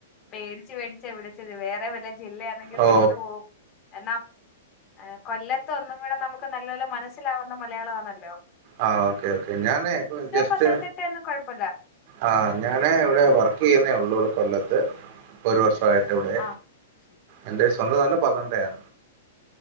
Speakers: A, on the left; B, on the right.
A: പേടിച്ച് പേടിച്ച് എവിടെ ച് ത്തി വേറേ വല്ല ജില്ലയാണെങ്കിൽ
B: ഓ
A: പെട്ടു പോവും എന്നാ ആ കൊല്ലത്ത് ഒന്നും കൂടെ നമുക്ക് നല്ലപോല്ലെ മനസ്സിലാവുന്ന മലയാളം ആന്നല്ലോ
B: ആഹ് ഓക്കേ ഓക്കേ ഞാനേ ഇപ്പൊ ജസ്റ്റ്
A: പത്തനംതിട്ടയൊന്നും കൊഴപ്പല്ല
B: ആ ഞാനേ ഇവിടെ വർക്ക് ചെയ്യുന്നേ ഉള്ളൂ കൊല്ലത്ത് ഒരു വർഷം. വായിട്ട് ഇവിടെ,
A: ആഹ്
B: എന്റെ സ്വന്തം നാട് പത്തനംതിട്ടയാ